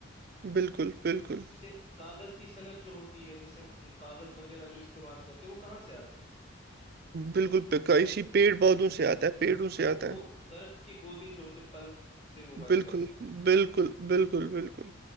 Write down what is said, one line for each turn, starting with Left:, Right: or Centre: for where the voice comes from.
Right: بالکل بالکل
Left: جیسے کاغذ کی صنعت جو ہوتی ہے جیسے ہم کاغذ وغیرہ جو استعمال کرتے ہیں وہ کہاں سے آتا ہے
Right: بالکل پیی پیڑ پودوں
Left: اس کے
Right: سے
Left: لیے
Right: آتا ہے پیڑوں سے
Left: نا
Right: آتا
Left: وہ
Right: ہے
Left: درخت کے گودے جو ہوتے پلپ سے وہ بنتا
Right: بالکل
Left: ہے
Right: بالکل بالکل بالکل